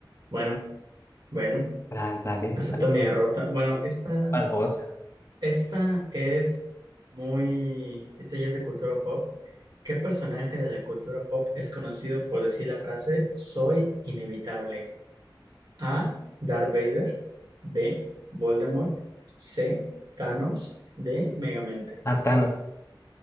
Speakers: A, on the right (about 60°); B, on the left (about 35°).
A: Bueno, bueno.
B: Dale, dale,
A: Acepto
B: dale.
A: mi derrota. Bueno, esta,
B: Vas vos.
A: esta es muy. Esta ya es de cultura pop. ¿Qué personaje de la cultura pop es conocido por decir la frase soy inevitable? A. Darth Vader. B. Voldemort. C. Thanos. D. Megamente.
B: Matanos.